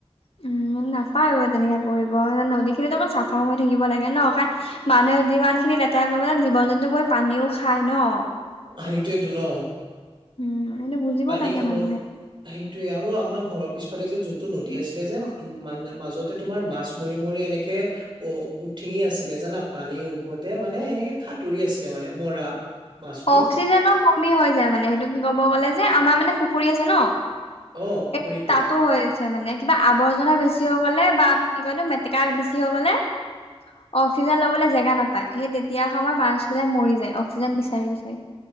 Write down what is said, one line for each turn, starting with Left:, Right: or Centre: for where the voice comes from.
Left: উম নাপায় তেনেকে কৰিব নদী খিনিত অকণ চাফা হৈ থাকিব লাগে ন কাৰণ মানুহে যিমানখিনি লেতেৰা কৰিব জীৱ জন্তু গৈ পানীও খায় ন
Right: সেইটোৱেটো ন
Left: উম সেইটো বুজিব
Right: পানী
Left: লাগে
Right: খাব
Left: মানুহে
Right: সেইটোৱে আৰু আমাৰ ঘৰত পিছফালে যে যোনটো নদী আছিলে যে উম মাজতে তোমাৰ মাছ মৰি মৰি এনেকে অ ঠিঙি আছিলে জানা পানীৰ ওপৰতে মানে এনেকে হাতুৰী আছিলে মানে মৰা মাছটো
Left: অক্সিজেনৰ কমি হৈ যায় মানে সেইটো কি ক'ব গ'লে যে আমাৰ মানে পুখুৰী আছে ন
Right: অ পুখুৰীটো
Left: এই তাতো হৈছে মানে কিবা আৱৰ্জনা বেছি হৈ গ'লে বাম কি কয়তো মেটেকা বেছি হ'য় গলে অক্সিজেন লব জেগা নাপায় সেই তেতিয়া সময়ত মাছ বিলাক মৰি যায় অক্সিজেন বিচ বিচাৰি বিচাৰি